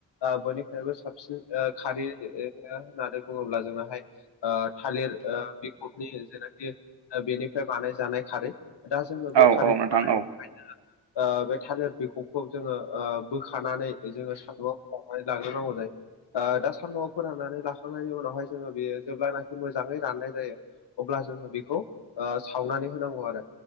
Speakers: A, on the left; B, on the right.
A: ओ बयनिख्रुइबो साबसिन ओ खारैओ होननानै बुङोब्ला जोंनाहाय ओ थालिर ओ बिगुरनि जेनाखि ओ बेनिफ्राय बानायजानाय खारै दा जोङो
B: औ
A: बे
B: औ
A: खारैखौ
B: नोंथां
A: बानायनो
B: औ
A: जोङो ओ बे थालिर बिखबखौ जोङो ओ बोखानानै जोङो साव खौहाय लाग्रोनांगौ जायो दा सान्दुंआव फोरननानै ला खांनायनि उनावहाय जोङो बेयो जेब्लानाखि मोजाङै राननाय जायो अब्ला जोङो बेखौ ओ सावनानै होनांगौ आरो